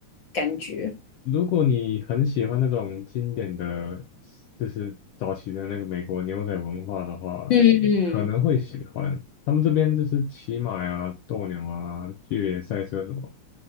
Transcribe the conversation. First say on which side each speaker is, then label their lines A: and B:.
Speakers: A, on the left; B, on the left.
A: 感觉？
B: 如果你很喜欢那种经典的，就是早期的那个美国牛仔文化的话，
A: 嗯嗯，
B: 可能会喜欢。他们这边就是骑马呀、斗牛啊、越野赛车什么、